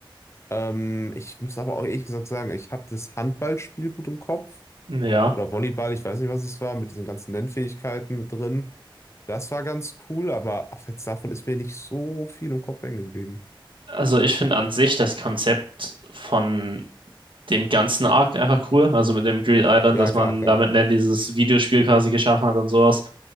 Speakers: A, on the left; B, on the right.
A: Ähm, ich muss aber auch ehrlich gesagt sagen, ich habe das Handballspiel gut im Kopf.
B: ja.
A: Oder Volleyball, ich weiß nicht, was es war, mit diesen ganzen Nennfähigkeiten mit drin. Das war ganz cool, aber abseits davon ist mir nicht so viel im Kopf hängen geblieben.
B: Also ich finde an sich das Konzept von dem ganzen Arc einfach cool. Also mit dem Green Island,
A: Ja,
B: dass
A: klar,
B: man
A: klar.
B: damit Nen dieses Videospiel quasi geschaffen hat und sowas.